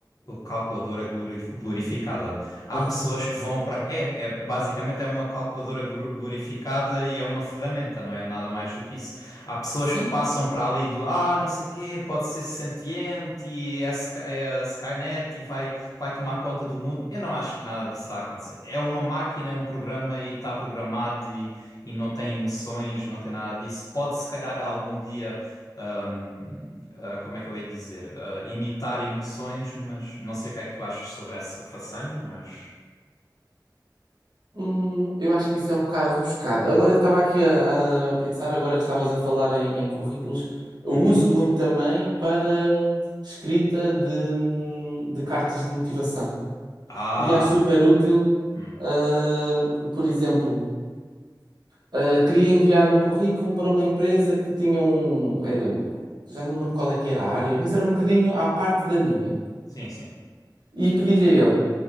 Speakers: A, on the left (about 50°); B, on the right (about 65°).
A: calculadora glorificada há
B: <laughs>
A: pessoas que vão para. É, é basicamente é uma calculadora gru- glorificada e é uma ferramenta, não é nada mais do que isso. Há pessoas
B: Sim.
A: que passam para ali do ah, não sei o quê, pode ser sentiente e é, Sky- é a Skynet e vai, vai tomar conta do mundo. Eu não acho que nada disso vai acontecer. É uma máquina, é um programa e está programado e, e não tem emoções, não tem nada disso. Pode se calhar algum dia hum, ah, como é que eu hei de dizer? Ah, imitar emoções, mas não sei o que é que tu achas sobre essa façanha, mas.
B: Hum, eu acho que isso é um bocado rebuscado. Agora, eu estava aqui a, a pensar, agora que estavas a falar em, em currículos, eu
A: Uhum.
B: uso muito também para hum, escrita de, hum, de cartas de motivação.
A: Ah!
B: E acho super útil,
A: hum,
B: hum, por exemplo. Ah, queria enviar um currículo para uma empresa que tinha um, eh, um- já não me lembro qual é que era a área, mas era um bocadinho à parte da minha.
A: Sim, sim.
B: E pedi-lhe a ele,